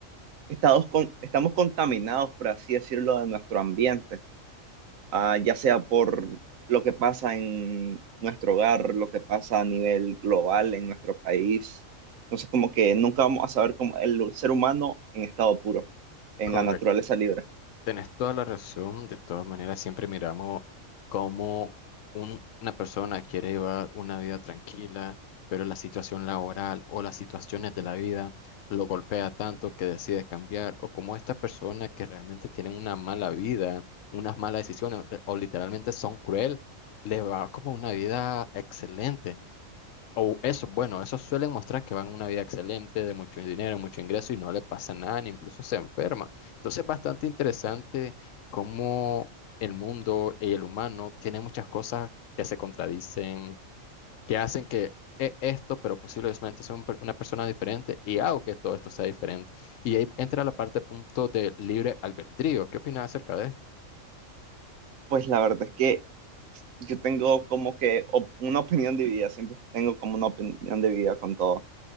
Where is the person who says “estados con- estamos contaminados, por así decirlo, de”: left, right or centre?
Right